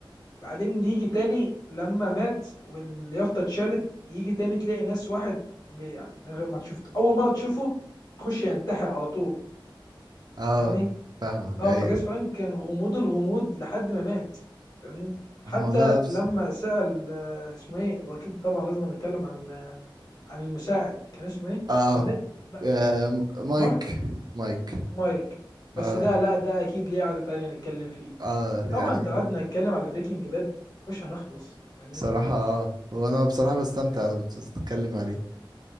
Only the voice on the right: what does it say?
اه
فاهمك
ايوه
هو ده بس
اه
آه، م- مايك
مايك
اه
اه
يعني
بصراحة اه هو انا بصراحة بستمتع انا بتتكلم عليه